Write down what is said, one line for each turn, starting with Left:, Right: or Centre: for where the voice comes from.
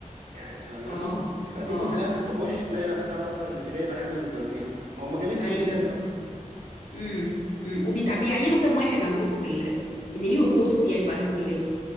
Right: يعني فاهماني
Left: اه
Right: فتيجي
Left: اه
Right: في الاخر
Left: اه
Right: تخش تلاقي نفسها مثلا مش جايبة الحاجة اللي ترضيها او ما جابتش
Left: ايوه
Right: امتياز مثلا
Left: امم امم وبيعينوا كام واحد عندكم في ال... اللي ليهم بوست يعني بعد الكلية